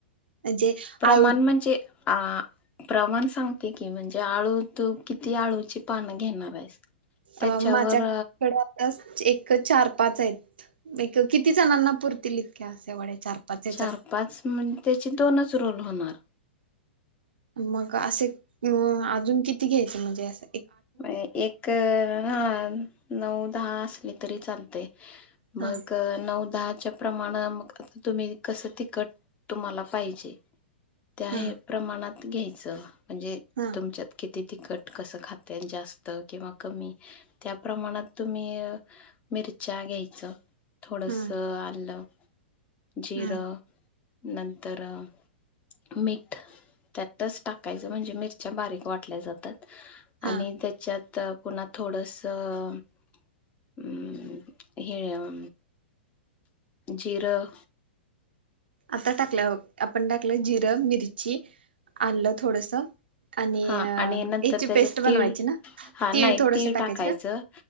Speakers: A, on the right (about 65°); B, on the left (about 25°).
A: म्हणजे
B: प्रमाण
A: आळू
B: म्हणजे आ! प्रमाण सांगते की, म्हणजे आळू तू किती आळूची पानं घेणार आहेस. त्याच्यावर
A: अ माझ्याकडे अस एक चार पाच आहेत, एक किती जणांना पुरतील इतक्या अस्या वड्या चार- पाच ह्याच्यात
B: चार पाच मंग त्याचे दोनच रोल होणार.
A: मग असे मिळून आजुनं किती घ्यायचे म्हणजे अस.
B: मं एक हा नऊ दहा असले तरी चालतय.
A: हा
B: मग नऊ दहाच्या प्रमाण, मग तुम्ही कसं तिकट तुमाला पाहिजे. त्या
A: हा
B: हे प्रमाणात घ्यायचं, म्हणजे
A: हा
B: तुमच्यात किती तिखट, कसं खात ते जास्त किंवा कमी, त्या प्रमाणात तुम्ही अ मिरच्या घ्याय च. थोडस
A: हम्म
B: आल्लं जिरं,
A: हम्म
B: नंतर.., मीठ्ठं त्यातच टाकायचं, म्हणजे मिरच्या बारीक वाटल्या जातात.
A: हा
B: आणि त्या च्यात पुन्हा थोडस हे--अ अं जिरं
A: आता टाकल्याव, आपण टाकलं जिरं, मिरची, आलं थोडसं आनि
B: हा
A: अ
B: आणि नंतर
A: हेची
B: त्याच्यात
A: पेस्ट बनवायची
B: तीळ
A: ना?
B: हा
A: तीळ
B: नाही
A: थोडसं टाकायंचं
B: टाकायचं
A: का?